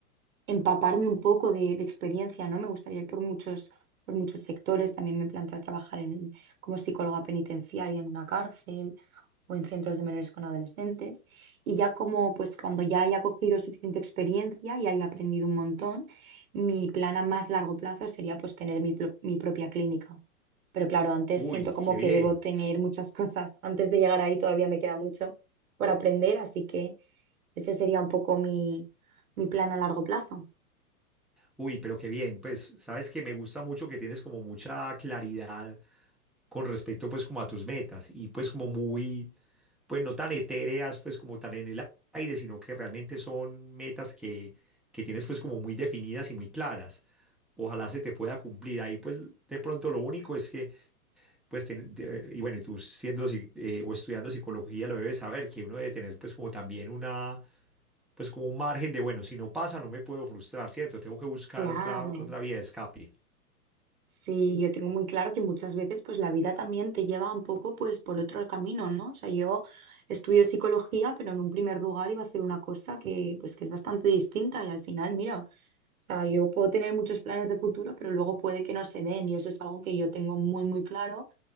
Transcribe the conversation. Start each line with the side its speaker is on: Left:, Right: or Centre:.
Right: empaparme un poco de, de experiencia, ¿no? Me gustaría ir por muchos, por muchos sectores. También me he planteado trabajar en, como psicóloga penitenciaria en una cárcel o en centros de menores con adolescentes. Y ya como, pues cuando ya haya cogido suficiente experiencia y haya aprendido un montón, mi plan a más largo plazo sería pues tener mi, pro- mi propia clínica. Pero claro, antes
Centre: Uy,
Right: siento como
Centre: qué bien.
Right: que debo tener muchas <laughs> cosas. Antes de llegar ahí todavía me queda mucho por aprender, así que ese sería un poco mi, mi plan a largo plazo.
Centre: Uy, pero qué bien. Pues sabes que me gusta mucho que tienes como mucha claridad con respecto pues como a tus metas y pues como muy, pues no tan etéreas pues como tan en el aire, sino que realmente son metas que, que tienes pues como muy definidas y muy claras. Ojalá se te pueda cumplir. Ahí pues de pronto lo único es que pues ten- de- y bueno, y tú siendo psi- eh, o estudiando psicología lo debes saber que uno debe tener pues como también una pues como un margen de, bueno, si no pasa, no me puedo frustrar, ¿cierto? Tengo que buscar
Right: Claro,
Centre: otra, otra vía de escape.
Right: sí, yo tengo muy claro que muchas veces pues la vida también te lleva un poco pues por otro camino, ¿no? O sea, yo estudio psicología, pero en un primer lugar iba a hacer una cosa que pues que es bastante distinta y al final, mira, o sea, yo puedo tener muchos planes de futuro, pero luego puede que no se den y eso es algo que yo tengo muy muy claro